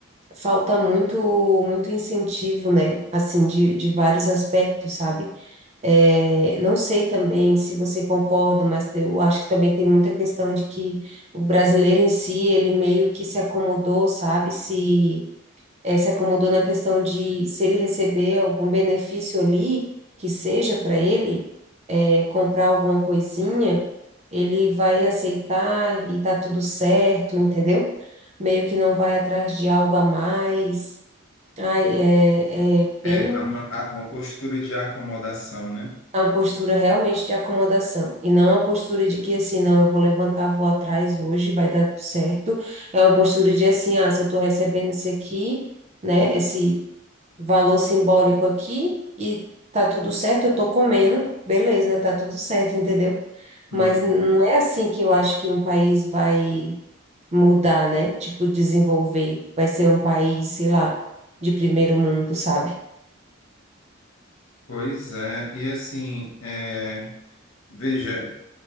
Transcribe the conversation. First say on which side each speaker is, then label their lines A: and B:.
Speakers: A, on the right; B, on the left.
A: falta muito muito incentivo, né? Assim, de, de vários aspectos, sabe? É, não sei também se você concorda, mas eu acho que também tem muita questão de que o brasileiro em si, ele meio que se acomodou, sabe? Se eh, se acomodou na questão de se ele receber algum benefício ali, que seja para ele, eh, comprar alguma coisinha, ele vai aceitar e tá tudo certo, entendeu? Meio que não vai atrás de algo a mais. Ai, é, é
B: É
A: bem
B: É, a- a- uma postura de acomodação, né?
A: uma postura realmente de acomodação. E não uma postura de que assim, não, eu vou levantar, vou atrás hoje, vai dar tudo certo. É uma postura de assim, ah, se eu tô recebendo isso aqui, né? Esse valor simbólico aqui e tá tudo certo, eu tô comendo, beleza, tá tudo certo, entendeu? Mas
B: Hum.
A: não é assim que eu acho que um país vai mudar, né? Tipo, desenvolver, vai ser um país, sei lá, de primeiro mundo, sabe?
B: Pois é, e assim, é, veja,